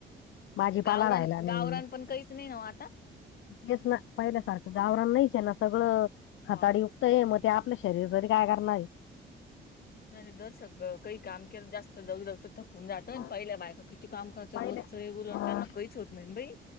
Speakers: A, on the left; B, on the left.
A: भाजीपाला
B: गावरान
A: राहिला नाही
B: गावरान पण कहीच नाही ना ओ आता
A: तेच ना पहिल्यासारखं गावरान नाहीच आहे ना, सगळंच खताडी
B: हाव
A: ए म ते आपल शरीर तरी काय करणार ए
B: नाही तर सगळं काही काम केलं, जास्त दग दगच तर थकून जातं,
A: मग
B: पहिल्या बायका कित ती काम करतात.
A: पहिल्या
B: रोजच ए
A: अं,
B: त्यांना कहीच होत नाई बाई